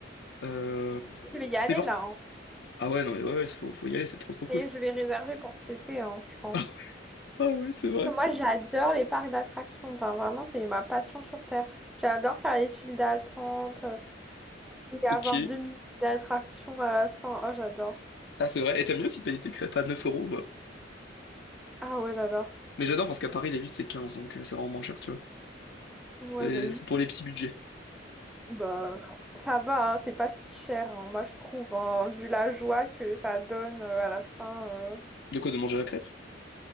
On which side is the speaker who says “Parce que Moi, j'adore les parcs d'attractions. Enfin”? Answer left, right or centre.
Centre